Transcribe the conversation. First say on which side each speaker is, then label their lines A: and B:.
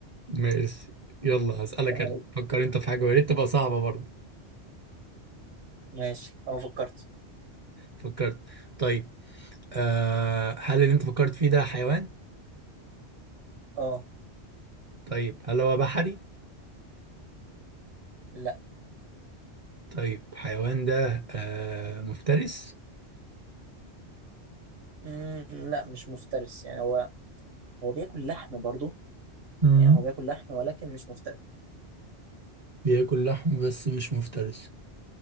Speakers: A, on the right; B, on the right.
A: ماشي يلا هسألك
B: آه،
A: انا فكر انت في حاجه ويا ريت تبقى صعبه برضه
B: ماشي. اه فكرت
A: فكرت طيب آه هل اللي انت فكرت فيه ده حيوان
B: اه
A: طيب هل هو بحري
B: لا
A: طيب حيوان ده آه مفترس
B: مم، لا مش مفترس يعني هو هو بياكل لحم برضو
A: مم.
B: يعني هو بياكل لحم ولكن مش مفترس
A: بياكل لحم بس مش مفترس